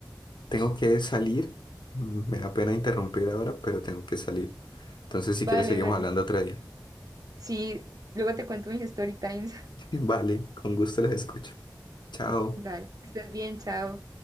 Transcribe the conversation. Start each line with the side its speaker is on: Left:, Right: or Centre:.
Left: tengo que salir. Mm, Me da pena interrumpir ahora, pero tengo que salir. Entonces,
Right: Vale,
Left: si quieres, seguimos
Right: vale.
Left: hablando otro día.
Right: Sí, luego te cuento mis story times.
Left: <laughs> Vale, con gusto los escucho. Chao.
Right: <laughs> Dale, que estés bien, chao.